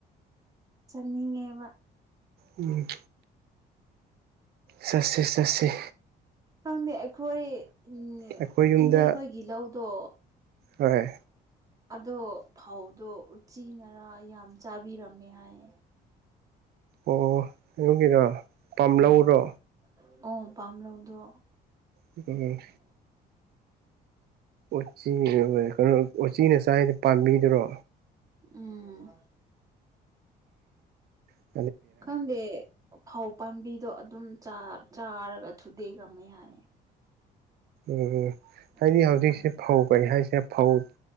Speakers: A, on the right (about 20°); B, on the right (about 70°).
A: ꯆꯠꯅꯤꯡꯉꯦꯕ
B: ꯎꯝ ꯆꯠꯁ‌ꯦ ꯆꯠꯁ‌ꯦ
A: ꯈꯪꯗꯦ ꯑꯩꯈꯣꯏ ꯎꯝ
B: ꯑꯩꯈꯣꯏ ꯌꯨꯝꯗ
A: ꯏꯅꯦ ꯈꯣꯏꯒꯤ ꯂꯧꯗꯣ
B: ꯍꯣꯏ
A: ꯑꯗꯣ ꯐꯧꯗꯣ ꯎꯁꯤꯤꯅꯔ ꯌꯥꯝ ꯆꯥꯕꯤꯔꯝꯃꯦ ꯍꯥꯏ
B: ꯑꯣ ꯑꯗꯨꯒꯤꯔ ꯄꯥꯝ
A: ꯎꯝ
B: ꯂꯧꯔꯣ
A: ꯑꯣ ꯄꯥꯝ ꯂꯧꯧꯗꯣ
B: ꯎꯝ ꯎꯆꯤ ꯀꯩꯅꯣ ꯎꯆꯤꯅ ꯆꯥꯏꯁ ꯄꯥꯝꯕꯤꯗꯨꯔꯣ
A: ꯎꯝ
B: ꯎꯝ
A: ꯈꯪꯗꯦ ꯐꯧ ꯄꯥꯝꯕꯤꯗꯣ ꯑꯗꯨꯝ ꯆꯥꯔꯒ ꯊꯨꯗꯦ ꯀꯝꯃꯦ ꯍꯥꯏꯌꯦ
B: ꯎꯝ ꯎ
A: ꯈꯪꯗꯦ
B: ꯍꯥꯏꯗꯤ ꯍꯧꯖꯤꯛꯁꯤꯦ
A: ꯀꯃꯥꯏꯅ ꯇꯧꯕꯅꯣ
B: ꯐꯧ ꯀꯩ ꯍꯥꯏꯁꯦ ꯐꯧ